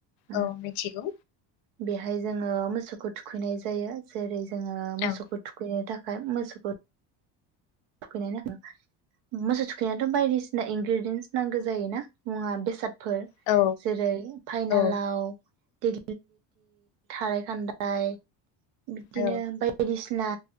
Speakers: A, on the right; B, on the left.
A: ओम।
B: औ मिथिगौ
A: बेहाय जोङो मोसौखौ थुखैनाय जायो जेरै जोङो मोसौखौ
B: औ
A: थुखैनो थाखा फाय मोसौखौ थुखैनाय नाङो मोसौ थुखैनायाथ' बायदिसिना इनग्रेडेयन्स नांगो जायो ना मुवा बेसाद फोर
B: औ
A: जेरै फाइनालाव
B: औ
A: दि थाराइ खान्दाय बिदिनो
B: औ
A: बायदिसि ना